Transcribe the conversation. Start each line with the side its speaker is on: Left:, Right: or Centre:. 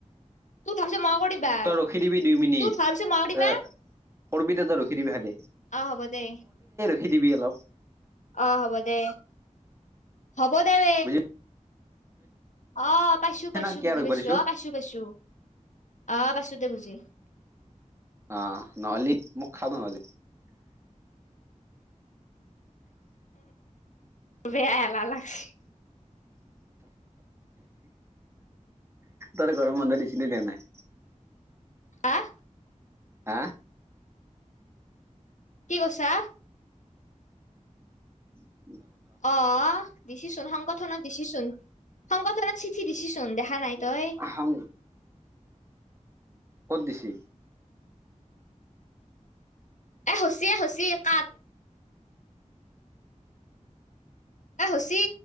Left: তোৰ ভাবিছে ম কৰি বাৰ
Right: তই ৰখি দিবি দুই মিনিট
Left: তোৰ ভাবিছে মাক মা
Right: এ কৰবি দে ৰখি দিবি খালি
Left: আহ হ'ব দে
Right: সিদিবি অলপ
Left: অ হ'ব দে হ'ব দে ব
Right: বুজি
Left: অ পাইছো
Right: পাইছ
Left: পাইছো
Right: না কিয়
Left: বুজি
Right: ৰখিব
Left: পাইছো
Right: দিছো
Left: অ পাইছো পাইছো আহ পছো দে বুজি
Right: অ নহালি মোক খা নোৱালি
Left: বেয়ায়াাল লাগছে
Right: তই গৰম বন্ধা দিছিলি দে নাই
Left: আহ
Right: হা
Left: কি কৈছা
Right: উম
Left: অ দিছিচোন সংগঠনত দিছিচোন সংগঠনত চিঠি দিছি চোন দেখা নাই তই
Right: আহ ক'ত দিছি
Left: এ হুচিয় এ হুচিয়ে কাত এ হুচি